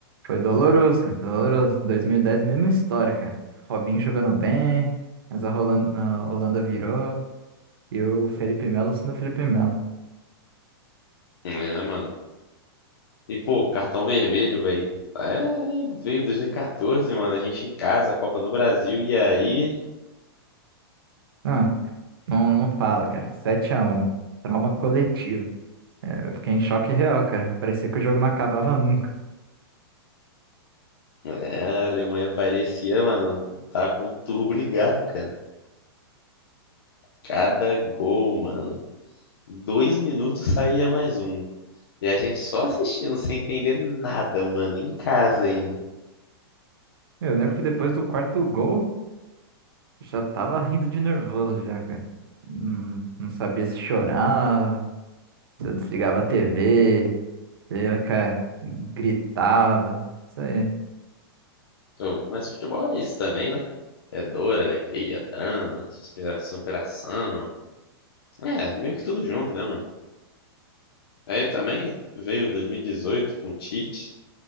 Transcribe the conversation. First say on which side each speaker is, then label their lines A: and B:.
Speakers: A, on the right (about 65°); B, on the left (about 70°).
A: Foi doloroso, cara. Foi doloroso. 2010, mesma história, cara. Robinho jogando bem, mas a Holanda, a Holanda virou. E o Felipe Melo sendo o Felipe Melo.
B: É, mano. E, pô, cartão vermelho, velho. É, veio 2014, mano. A gente em casa, a Copa no Brasil. E aí,
A: Ah, não, não fala, cara. Sete a um, Trauma coletivo. É, eu fiquei em choque real, cara. Parecia que o jogo não acabava nunca.
B: é, a Alemanha parecia, mano, tá com o turbo ligado, cara. Cada gol, mano. Dois minutos saía mais um. E a gente só assistindo, sem entender nada, mano, em casa ainda.
A: Eu lembro que depois do quarto gol, Já tava rindo de nervoso já, cara. Não, não sabia se chorava, se eu desligava a TV, se eu, cara, gritava. Isso aí.
B: Ô, mas futebol é isso também, né? É dor, alegria, drama, supera- superação. É, meio que tudo junto, né, mano? Aí também veio 2018 com o Tite.